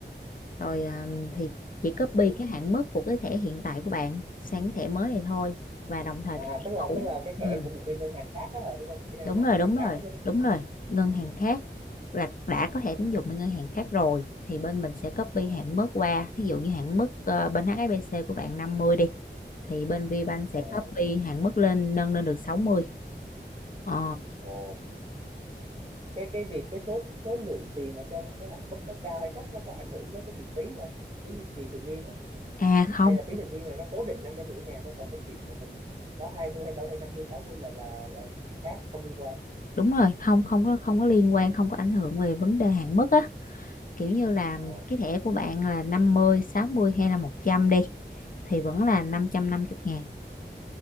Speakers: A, on the left (about 45°); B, on the right (about 30°).
A: rồi à, thì chỉ copy
B: ok.
A: cái hạn mức của cái thẻ hiện tại của bạn sang cái thẻ mới này thôi và đồng thời
B: à
A: cái
B: à,
A: thẻ
B: tức là
A: cũ.
B: tức là cái thẻ
A: Ừ.
B: của một bên ngân hàng khác đó hả đúng không cái đang
A: đúng
B: nói
A: rồi
B: ngân
A: đúng
B: hàng
A: rồi
B: khác đó chứ đúng không
A: đúng rồi ngân hàng khác là đã có thẻ tín dụng bên ngân hàng khác rồi thì bên mình sẽ copy
B: ờ
A: hạn mức qua thí dụ như hạn mức ờ, bên HSBC của bạn 50 đi thì bên VBank sẽ
B: ờ
A: copy hạn mức lên nâng lên được 60 ờ
B: ồ cái cái việc cái số số lượng tiền ở trong cái hạn mức đó cao hay thấp nó có ảnh hưởng tới cái tiền phí không phí duy trì thường niên á
A: à không
B: hay là phí thành niên là nó cố định năm trăm rưỡi ngàn thôi còn cái chuyện mà mình có 20 hay 30 hay năm mươi sáu mươi là là là chuyện khác không liên quan
A: đúng rồi không không có không có liên quan không có ảnh hưởng về vấn đề hạn mức á kiểu như là
B: ờ
A: cái thẻ của bạn là năm mươi sáu mươi hay là một trăm đi thì vẫn là 550 ngàn